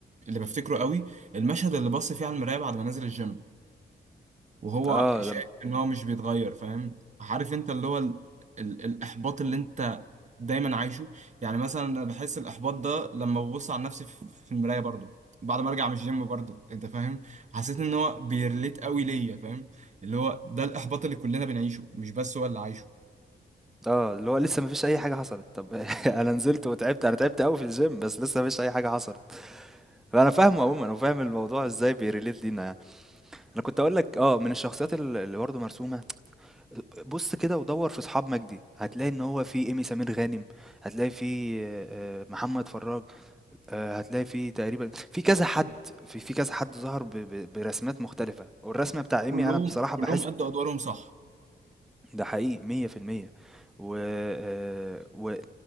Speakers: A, on the right; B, in the centre.
A: اللي بفتكره قوي المشهد اللي بص فيه على المرايه بعد ما نزل الجيم وهو
B: اه
A: شايف
B: لم...
A: ان هو مش بيتغير فاهم عارف انت اللي هو ال ال الاحباط اللي انت دايما عايشه يعني مثلا انا بحس الاحباط ده لما ببص على نفسي في في المرايه برضو بعد ما ارجع من الجيم برضو انت فاهم حسيت ان هو بيرليت قوي ليا فاهم اللي هو ده الاحباط اللي كلنا بنعيشه مش بس هو اللي عايشه
B: اه اللي هو لسه ما فيش اي حاجة حصلت طب <laughs> انا نزلت وتعبت انا تعبت قوي في الجيم بس لسه ما فيش اي حاجة حصلت فانا فاهمه عموما انا فاهم الموضوع ازاي بيريليت لينا يعني انا كنت اقول لك اه من الشخصيات ال- اللي برضه مرسومة بص كده ودور في اصحاب مجدي هتلاقي ان هو في ايمي سمير غانم هتلاقي في آه، آه، محمد فراج آآ هتلاقي في تقريبًا في كذا حد في في كذا حد ظهر ب ب برسمات مختلفة، والرسمة بتاع إيمي
A: كلهم
B: أنا بصراحة
A: كلهم
B: باحس
A: ادوا ادوارهم صح
B: ده حقيقي 100% و آآ و